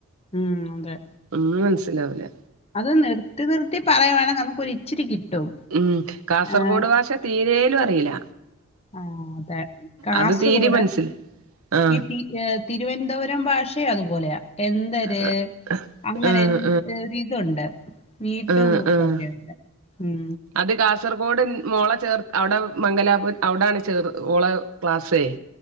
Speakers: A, on the left; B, on the right.
A: ഉം അതെ
B: ഒന്നും മനസ്സിലാവൂല
A: അത് നിർത്തി നിർത്തി പറയുകവാണെ നമുക്കൊരിച്ചിരി കിട്ടും
B: ഉം കാസർഗോഡ്
A: ആഹ്
B: ഭാഷ തീരേലും അറിയില്ല
A: ആഹ് അതെ കാസർഗോഡ്
B: അത് തീരെ മനസ്സിൽ ആഹ്
A: ഈ തിരുവനന്തപുരം ഭാഷയു അതുപോലെയാ എ ന്തര്
B: ആഹ്
A: അങ്ങനെ
B: ആഹ്
A: എന്ത് ഒരിതുണ്ട് നീട്ടും
B: ആഹ്
A: കുത്തും
B: ആഹ്
A: ഒക്കെ ഉണ്ട് ഉം
B: അത് കാസർഗോഡ് ൻ മോള ചേർ അവടെ മംഗലാപു അവിടാണ് ചേർ ഓളെ ക്ലാസ്സേയ്